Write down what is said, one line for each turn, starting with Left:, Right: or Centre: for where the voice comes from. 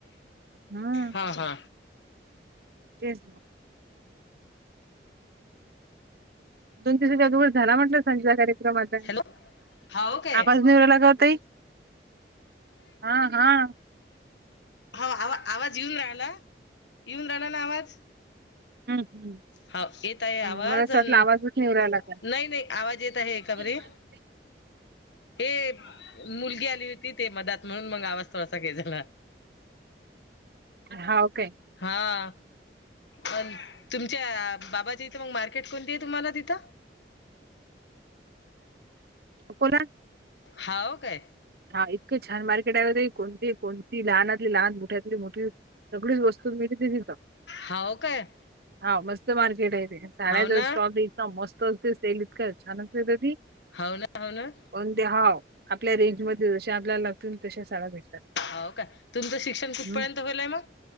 Right: हम्म
Left: हा-हा.
Right: तेच. दोन दिवसाच्या आदुगर झाला म्हटलं संजा करे क्रमात हाय,
Left: हॅलो हाव काय
Right: आवाज येऊ नाही राहिला ताई. हा-हा‌.
Left: हवं-हवं आवाज येऊन राहिला, येऊन राहिला ना आवाज.
Right: हम्म-हम्म.
Left: हा येत आहे आवाज
Right: हम मला असं
Left: नाही
Right: वाटलं आवाजच निेवरायलागत.
Left: नाही आवाज येत आहे का बरे
Right: <inaudible>
Left: हे मुलगी आली होती. ते मदात म्हणून मग आवाज थोडासा गेलेला.
Right: हावं काय?
Left: हा पण तुमच्या बाबाच्या इथे मग मार्केट कोणते आहे तुम्हाला तिथं?
Right: कोला
Left: हाव काय
Right: हा इतकं छान मार्केट आहे ना ते कोणती कोणती लहानतली लहान मोठ्यातली मोठी सगळीच वस्तू मिळती तिथ.
Left: हावो काय
Right: हा मस्त मार्केट आहे ते साड्याचा
Left: हाव ना
Right: स्टॉल इतका मस्त असते सेल इतकं छान असते ते ती
Left: हावणं हावणं
Right: पण ते हाव आपल्या रेंज मध्ये जशे आपल्याला लागतील तशा साड्या भेटतात.
Left: हाव काय तुमचं शिक्षण कुठपर्यंत
Right: हम्म
Left: होईले मग?